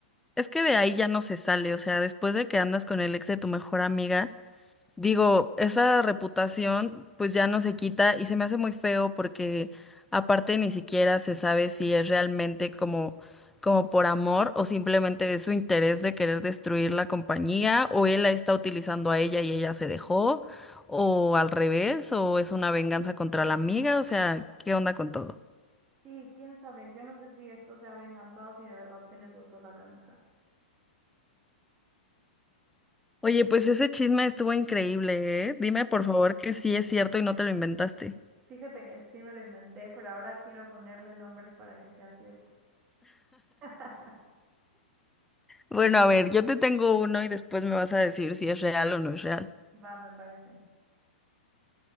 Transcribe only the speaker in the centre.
es que de ahí ya no se sale, o sea, después de que andas con el ex de tu mejor amiga, digo, esa reputación pues ya no se quita y se me hace muy feo porque aparte ni siquiera se sabe si es realmente como, como por amor o simplemente es su interés de querer destruir la compañía o él la está utilizando a ella y ella se dejó o al revés o es una venganza contra la amiga, o sea, ¿qué onda con todo?
Oye, pues ese chisme estuvo increíble, ¿eh? Dime por favor que sí es cierto y no te lo inventaste.
Bueno, a ver, yo te tengo uno y después me vas a decir si es real o no es real.